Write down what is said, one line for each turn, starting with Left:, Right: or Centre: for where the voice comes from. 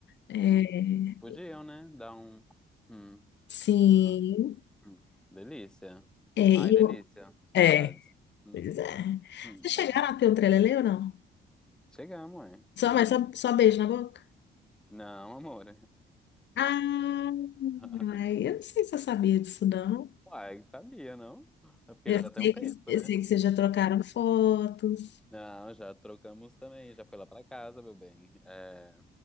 Left: É,
Centre: hum, podiam, né? Dar um, hum,
Left: sim.
Centre: hum, hum. Delícia.
Left: É, e
Centre: Ai, delícia.
Left: eu,
Centre: Saudades.
Left: é,
Centre: Hum,
Left: pois é.
Centre: hum,
Left: Vocês chegaram
Centre: ah,
Left: a ter um trelelê ou não?
Centre: Chegamos, é.
Left: Só,
Centre: Hum.
Left: mas só, só beijo na boca?
Centre: Não, amor.
Left: Ah,
Centre: <laughs>
Left: ai, eu não sei se eu sabia disso, não.
Centre: Uai, sabia, não? É porque
Left: Eu
Centre: já tem
Left: sei
Centre: um tempo,
Left: que, eu
Centre: né?
Left: sei que vocês já trocaram fotos.
Centre: Não, já trocamos também. Já foi lá pra casa, meu bem. É,